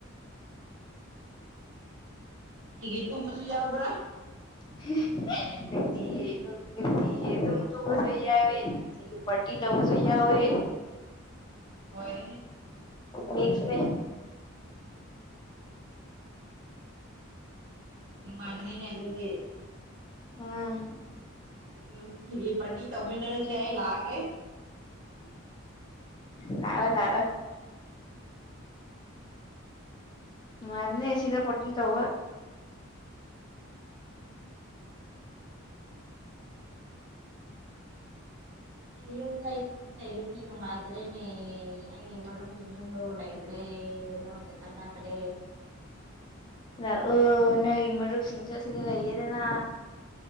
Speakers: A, on the right; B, on the left.
A: ꯒꯤ ꯇꯨꯝꯕꯁꯨ ꯌꯥꯎꯕ꯭ꯔꯥ
B: <unintelligible> ꯅꯨꯡꯇꯤꯒꯤꯦ ꯅꯨꯡꯇꯤꯒꯤ ꯑꯗꯨꯝ ꯇꯣꯡꯉꯁꯨ ꯌꯥꯎꯋꯦ ꯅꯨꯡꯇꯤꯒꯤ ꯄꯥꯔꯇꯤ ꯇꯧꯕꯁꯨ ꯌꯥꯎꯋꯦ
A: ꯔꯦ ꯍꯦ
B: ꯃꯁ
A: ꯅꯨꯡꯉꯥꯏꯒꯅꯤꯅꯦ ꯑꯗꯨꯗꯤ
B: ꯎꯝ
A: ꯅꯨꯡꯇꯤꯒꯤ ꯄꯇꯤ ꯇꯧꯃꯤꯗꯔ ꯌꯥꯏ ꯂꯒꯦ
B: ꯂꯑꯣꯣ ꯂꯑꯣꯣ ꯅꯅꯨꯡꯉꯥꯏꯕꯅꯦ ꯁꯤꯗ ꯄꯇꯤ ꯇꯧꯕ
A: ꯌꯨꯝ ꯂꯩ ꯂꯩ ꯈꯗ ꯂꯩꯕꯁꯦ ꯅꯨꯡꯗ ꯃꯦꯅꯦ ꯑꯦ ꯃꯔꯔꯣꯡꯒꯦ ꯥꯏꯇꯔꯤ ꯅꯣ ꯏꯅ ꯆꯅꯥ ꯀꯔ
B: ꯂꯥꯛꯑꯣ ꯅꯪꯒꯤ ꯃꯔꯨꯞꯁꯤꯡꯁꯨ ꯑꯁꯤꯗ ꯂꯩꯌꯦꯗꯅ